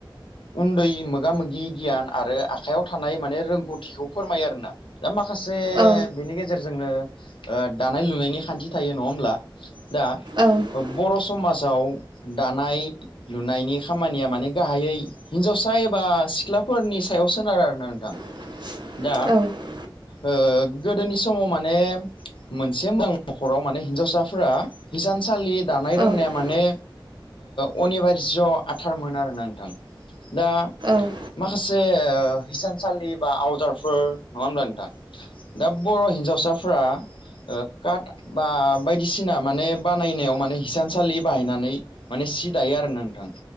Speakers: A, on the left (about 80°); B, on the right (about 60°).
A: उन्दै मोगा मोगि गियान आरो आखाइयाव थानाय माने रोंगौथिखौ फोरमायो आरोना दा खासे
B: औ
A: जोंनो ओ दानाय लुनायनि खान्थि थायो नङा होमब्ला? दा
B: औ
A: बर' समाजाव दानाय लुनायनि खामानिया माने गाहायै हिन्जावसा एबा सिख्लाफोरनि सायाव सोनारो आरो ना नोंथां।
B: <inaudible> <unintelligible>
A: दा
B: औ
A: ओ गोदोनि समाव माने मोनसे मोजां न'खराव माने हिनजावसाफोरा हिसानसालि दानाय रोंनाया
B: औ
A: माने ओ अनिबार ज' आथारमोन आरोना नोंथां। दा
B: औ
A: माखा से ओ हिसानसालि बा आवदारफोर नङा होमबा नोंथां? दा बर' हिन्जावसाफ्रा ओ काट बा बायदिसिना माने बानायनायाव माने हिसानसालि बाहायनानै माने सि दायो आरो ना नोंथां।